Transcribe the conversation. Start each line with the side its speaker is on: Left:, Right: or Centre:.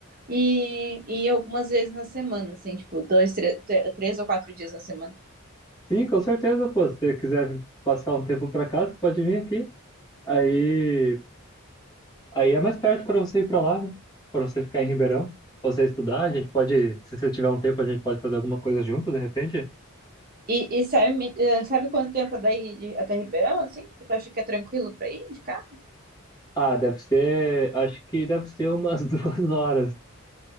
Right: e, e algumas vezes na semana, assim, tipo, dois, tre- tre- três ou quatro dias na semana.
Left: Sim, com certeza, pô. Se você quiser passar um tempo pra casa, pode vir aqui. Aí, aí é mais perto pra você ir pra lá, né? Pra você ficar em Ribeirão, pra você estudar. A gente pode, se você tiver um tempo, a gente pode fazer alguma coisa junto, de repente.
Right: E, e sabe, eh, sabe quanto tempo é daí de- até Ribeirão, assim? Tipo, tu acha que é tranquilo pra ir de carro?
Left: Ah, deve ser, acho que deve ser umas <laughs> duas horas.